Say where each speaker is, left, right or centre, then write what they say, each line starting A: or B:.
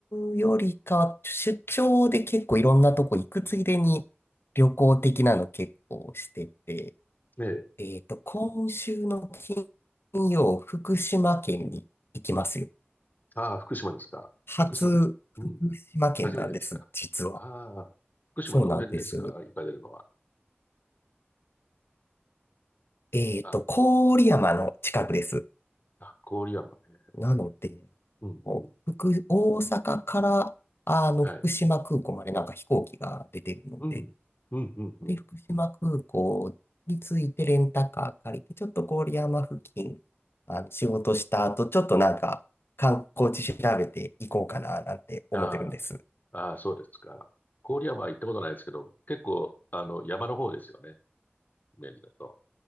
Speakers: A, on the left (about 65°); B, on the left (about 45°).
A: うよりか、出張で結構いろんなとこ行くついでに旅行的なの結構してて、
B: ねえ。
A: えっと、今週の金曜、福島県に行きますよ。
B: ああ、福島ですか。
A: 初、
B: 福島うん、
A: 福島県なんです、
B: 初めてですか。
A: 実は。
B: ああ、福島どの辺ですか行かれるのは。
A: そうなんです。えっと、
B: あ、
A: 郡山の近くです。
B: あ、郡山ね。
A: なので、
B: うん、
A: こう福、
B: うん、
A: 大阪から、あの、
B: はい。
A: 福島空港までなんか飛行機が出てるので、
B: うん、うん、うん、うん。
A: で、福島空港に着いてレンタカー借りて、ちょっと郡山付近、あの仕事した後、ちょっとなんか観光地調べていこうかななんて思ってるんです。
B: ああ、ああ、そうですか。郡山は行ったことないですけど、結構、あの、山の方ですよね。イメージだと。